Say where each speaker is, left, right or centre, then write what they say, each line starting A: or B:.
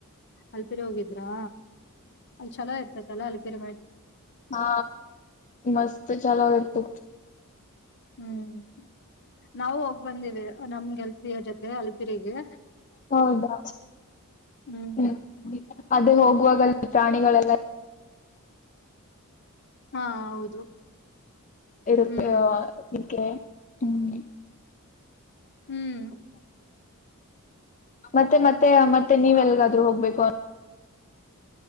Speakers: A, on the left; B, on the left.
A: ಅಲ್ಪಿರಿ ಹೋಗಿದ್ರಾ ಅಲ್ಲಿ ಚಛಲೋ ಇರ್ತತಲ್ಲಾ ಅಲ್ಪಿರಿ ಮ
B: ಹಾ ಮಸ್ತ ಚಲ ಆಡ್ತ
A: ಹ್ಮ್ ನಾವವು ಹೋಗ್ ಬಂದಿವವಿ ನಮ್ಗೆಲ್ತಿಯ ಜೊತೆ ಅಲಪಿರಿಗೆ
B: ಹೌದಾ
A: ಹ್ಮ್
B: ಹ್ಮ ಅದೇ ಹೋಗುವಾಗಲ್ಲ ಪ್ರಾಣಿಗಳೆಲ್ಲ
A: ಹಾ ಹೌದು
B: ಇರುತ್ತೆ
A: ಹ್ಮ್
B: ಇದಕ್ಕೆ ಹ್ಮ್
A: ಹ್ಮ್
B: ಮತ್ತೆ ಮತ್ತೆ ಮತ್ತೆ ನೀವೆ ಎಲ್ಗಾದ್ ಹೋಗ್ಬೇಕು